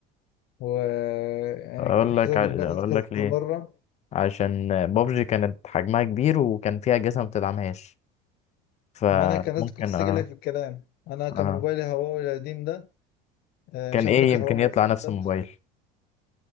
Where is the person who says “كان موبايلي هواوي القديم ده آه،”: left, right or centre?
Left